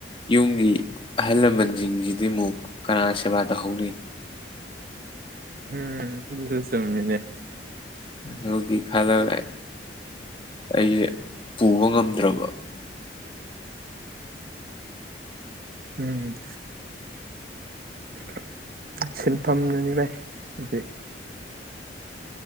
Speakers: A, on the left (about 30°); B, on the right (about 50°).
A: ꯌꯨꯝꯒꯤ ꯑꯍꯜ ꯂꯃꯟꯖꯤꯡꯖꯤꯗꯤ ꯑꯃꯨꯛ ꯀꯅꯥꯅ ꯁꯦꯕꯥ ꯇꯧꯍꯧꯅꯤ
B: ꯎꯝ ꯑꯗꯨꯁꯨ ꯆꯨꯝꯃꯤꯅꯦ
A: ꯑꯗꯨꯒꯤ ꯈꯜꯂ ꯑꯩ ꯑꯩꯖꯦ ꯄꯨꯕ ꯉꯝꯗ꯭ꯔꯕ
B: ꯎꯝ <unintelligible> ꯁꯤꯟꯐꯝꯅꯅꯤ ꯚꯥꯏ <unintelligible>